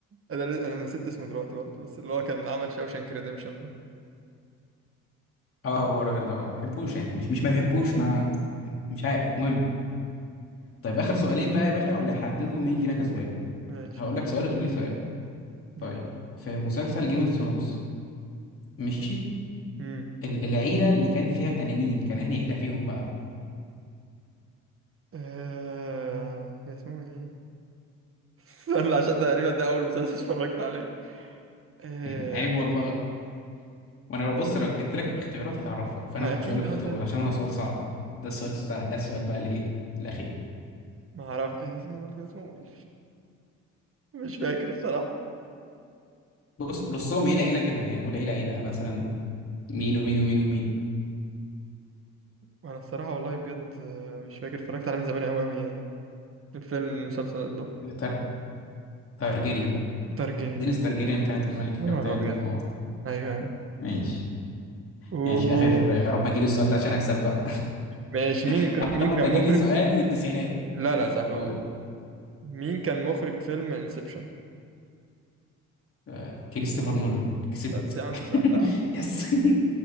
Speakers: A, on the right; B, on the left.
A: انا ل- انا نسيت اسمه دلوقتي برضه بس اللي هو كان عمل شاوشانك ريديمشن
B: اه هو الراجل ده اه ما بحبوش يعني مش مش ما بحبوش ما مش عارف المهم طيب اخر سؤالين بقى يا باشا واللي يحددوا مين فينا كسبان
A: ماشي
B: هقول لك سؤال وتقول لي سؤال
A: ماشي
B: طيب في مسلسل جيم اوف ثرونز ماشي
A: امم
B: ال- العيله اللي كان فيها تنانين كان انهي عيله فيهم بقى
A: آه... كان اسمه ايه <laughs> استنى، عشان ده تقريبا ده اول مسلسل اتفرجت عليه آه...
B: <laughs> عيب والله وانا بص لو جبت لك اختيارات هتعرفها فانا
A: ما اكيد
B: مش هقول لك اختيارات
A: اصلا
B: عشان هو سؤال صعب ده السؤال الصعب ده السؤال بقى اللي ايه الاخير
A: ما اعرف إيه اسمه ولا كان اسمه ايه مش فاكر الصراحة
B: بص رصهم عيله عيله كده يعني قول عيله عيله مثلا مين ومين ومين ومين
A: وانا الصراحة والله بجد آه، مش فاكر اتفرجت عليه من زمان قوي قوي يعني الفيلم المسلسل ده
B: تار... تارجيريان
A: ترجمة
B: دينيس
A: يا
B: تارجيريان كانت الملكه
A: نهار
B: بتاعتهم
A: ابيض
B: اه
A: ايوه ايوه
B: ماشي
A: أوه.
B: ماشي اخر يا رب اجيب السؤال ده عشان اكسب بقى
A: ماشي مين
B: <laughs>
A: كان مين
B: طبعا
A: كان
B: انت تجيب
A: مخرج
B: لي سؤال من التسعينات
A: لا لا سهل والله
B: او
A: مين كان مخرج فيلم انسبشن
B: آه، كريستوفر نولان كسبت
A: بس يا عم
B: <laughs>
A: سهل يا عم
B: يس <laughs>